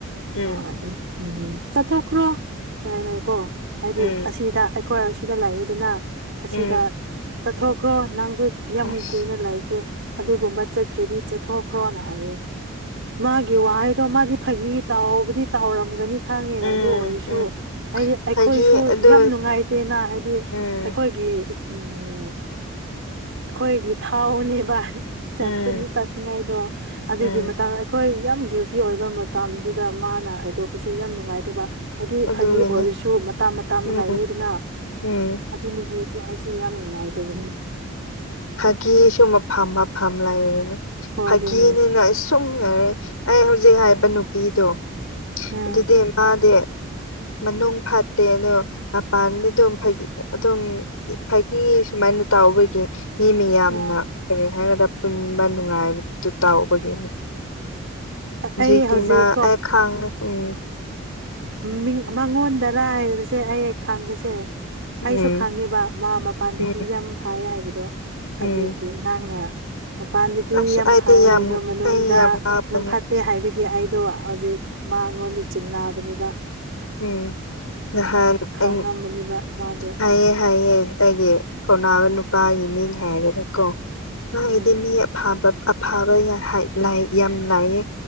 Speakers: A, on the left; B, on the right.
A: ꯎꯝ
B: ꯑꯣꯢ ꯑꯝ ꯎꯝ ꯆꯠꯊꯣꯛꯈ꯭ꯔꯣ ꯀꯩꯅꯣꯀꯣ ꯍꯥꯏꯗꯤ
A: ꯎꯝ
B: ꯑꯁꯤꯗ ꯑꯩꯈꯣꯏ ꯑꯁꯤꯗ ꯂꯩꯗꯅ ꯑꯁꯤꯗ
A: ꯎꯝ
B: ꯆꯠꯊꯣꯛꯈ꯭ꯔꯣ ꯅꯪꯁꯨ ꯌꯥꯝ
A: ꯑꯁ
B: ꯀꯨꯏꯅ ꯂꯩꯈ꯭ꯔꯦ ꯑꯗꯨꯒꯨꯝꯕ ꯆꯠꯇ꯭ꯔꯗꯤ ꯆꯠꯊꯣꯛꯈ꯭ꯔꯣꯅ ꯍꯥꯏꯌꯦ ꯃꯥꯒꯤ ꯋꯥꯍꯩ ꯗꯣ ꯃꯥꯗꯤ ꯐꯥꯒꯤ ꯇꯥꯎꯕꯗꯤ ꯇꯥꯎꯔꯝꯒꯅꯤ ꯈꯪꯉꯦ
A: ꯎꯝ
B: ꯑꯗꯨ ꯑꯣꯏꯔꯁꯨ
A: ꯎꯝ
B: ꯍꯥꯏꯗꯤ ꯑꯩꯈꯣꯏꯁꯨ
A: ꯍꯥꯏꯒꯤ ꯑꯗꯨ
B: ꯌꯥꯝ ꯅꯨꯡꯉꯥꯏꯇꯦꯅ ꯍꯥꯏꯗꯤ
A: ꯎꯝ
B: ꯑꯩꯈꯣꯏꯒꯤ ꯎꯝ ꯑꯩꯈꯣꯏꯒꯤ ꯊꯥꯎꯅꯦꯕ ꯆꯠꯄꯅꯤ
A: ꯎꯝ
B: ꯆꯠꯅꯤꯡꯉꯥꯏꯗꯣ ꯑꯗꯨꯒꯤ
A: ꯎꯝ
B: ꯃꯇꯥꯡ ꯑꯩꯈꯣꯏ ꯌꯥꯝ ꯗ꯭ꯌꯨꯇꯤ ꯑꯣꯏꯕ ꯃꯇꯝꯗꯨꯗ ꯃꯥꯅ ꯍꯥꯏꯗꯣꯛꯄꯁꯦ ꯌꯥꯝ ꯅꯨꯡꯉꯥꯏꯇꯦꯕ ꯍꯥꯏꯗꯤ
A: ꯑꯗꯨꯒꯤꯅꯤ
B: ꯐꯥꯒꯤ ꯑꯣꯏꯔꯁꯨ ꯃꯇꯥꯡ ꯃꯇꯝ
A: ꯎꯝ
B: ꯂꯥꯏꯌꯦꯗꯅ
A: ꯎꯝ
B: ꯑꯗꯨ ꯅꯨꯃꯤꯠ ꯑꯩꯁꯨ ꯌꯥꯝ ꯅꯨꯡꯉꯥꯏꯇꯕꯅꯤ
A: ꯐꯥꯒꯤꯁꯨ ꯃꯐꯝ ꯃꯐꯝ ꯂꯩꯕꯅꯦ
B: ꯍꯣ
A: ꯐꯥꯒꯤꯅꯤꯅ
B: ꯑꯗꯨꯅꯦ
A: ꯁꯨꯝ ꯂꯩꯔꯦ ꯑꯩ ꯍꯧꯖꯤꯛ ꯍꯥꯏꯕ ꯅꯨꯄꯤꯗꯣ
B: ꯎꯝ
A: ꯑꯗꯨꯗꯤ ꯃꯥꯗꯤ
B: <inaudible>
A: ꯃꯅꯨꯡ ꯐꯥꯠꯇꯦ ꯑꯗꯣ ꯃꯄꯥꯟꯗꯤ ꯑꯗꯨꯝ ꯐꯥꯒꯤ ꯑꯗꯨꯝ ꯐꯥꯒꯤ ꯁꯨꯃꯥꯏꯅ ꯌꯥꯎꯕꯒꯤ ꯃꯤ ꯃꯌꯥꯝꯅ
B: ꯎꯝ
A: ꯀꯔꯤ ꯍꯥꯢꯔ ꯄꯨꯟꯕ ꯅꯨꯉꯥꯡꯕꯗꯣ ꯇꯧꯕꯒꯤ ꯍꯧꯖꯤꯛꯇꯤ
B: ꯑꯩ ꯍꯧꯖꯤꯛ
A: ꯃꯥ ꯑꯩ ꯈꯪꯉꯦ ꯎꯝ
B: ꯃꯤ ꯃꯉꯣꯟꯗꯔꯥ ꯍꯥꯏꯕꯁꯦ ꯑꯩ ꯈꯪꯕꯁꯦ ꯑꯩꯁꯨ
A: ꯎꯝ
B: ꯈꯪꯉꯦꯕ ꯃꯥ ꯃꯄꯥꯟꯗꯗꯤ
A: ꯎꯝ
B: ꯌꯥꯝ ꯐꯥꯏ ꯍꯥꯏꯕꯗꯣ
A: ꯎꯝ
B: ꯑꯗꯨꯒꯤ ꯅꯪꯅ ꯃꯄꯥꯟꯗꯒꯤ
A: ꯑꯁ
B: ꯌꯥꯝ
A: ꯑꯩꯗꯤ
B: ꯐꯌꯦ
A: ꯌꯥꯝ
B: ꯑꯗꯣ ꯃꯅꯨꯡꯗ
A: ꯑꯩ ꯌꯥꯝ ꯉꯥꯎꯕꯅꯦ
B: ꯌꯥꯝ ꯐꯠꯇꯦ ꯍꯥꯏꯕꯒꯤ ꯑꯩꯗꯣ ꯍꯧꯖꯤꯛ ꯃꯥꯉꯣꯟꯗ ꯆꯤꯡꯕꯅꯤꯕ
A: ꯎꯝ ꯅꯍꯟ
B: ꯈꯪꯉꯝꯕꯅꯦꯕ
A: ꯑꯩ
B: ꯃꯥꯗꯣ
A: ꯍꯥꯏꯌꯦ ꯍꯥꯏꯌꯦ ꯑꯩꯒꯤ ꯈꯪꯅꯥꯕ ꯅꯨꯄꯥꯒꯤ ꯃꯤꯡ ꯍꯥꯏꯔꯒꯀꯣ ꯃꯥꯒꯤꯗꯤ
B: ꯎꯝ
A: ꯃꯤ ꯑꯐꯕ ꯑꯐꯕ ꯌ ꯍꯥꯢ ꯂ ꯌꯥꯝ ꯂꯥꯏꯑꯦ